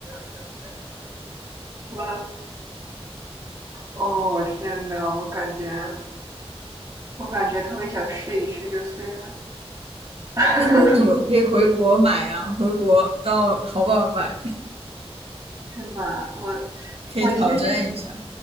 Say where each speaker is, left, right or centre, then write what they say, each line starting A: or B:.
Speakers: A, on the right; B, on the right.
A: 我哦天呐，我感觉我感觉特别想试一试，就虽然 <laughs>
B: 哎，那你可以回国买啊，回国到淘宝买，
A: 是吧，我
B: 可以挑战一下。
A: 我其实